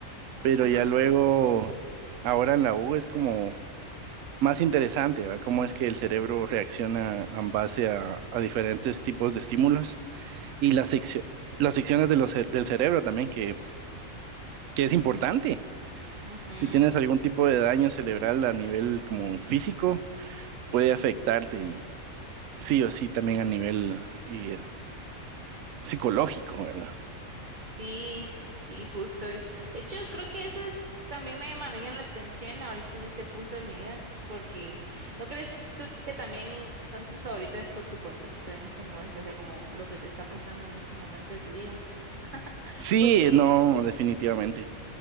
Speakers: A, on the right; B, on the right.
A: Pero
B: ajá.
A: ya luego, ahora en la U es como más interesante, ¿va? Cómo es que el cerebro reacciona en base a, a diferentes tipos de estímulos y las, seccio- las secciones de los ce- del cerebro también, que, que es importante.
B: ujú,
A: Si tienes algún tipo de daño cerebral a nivel como físico, puede afectarte y sí o sí también
B: sí.
A: a nivel y, eh, psicológico, ¿verdad?
B: Sí, sí, justo. De hecho, creo que esas también me llamarían la atención ahorita en este punto de mi vida, porque ¿no crees tú que también son tus favoritas por tu contexto en este momento? O sea, como lo que te está pasando en este momento de tu vida. <laughs>
A: Sí,
B: Porque,
A: no, definitivamente.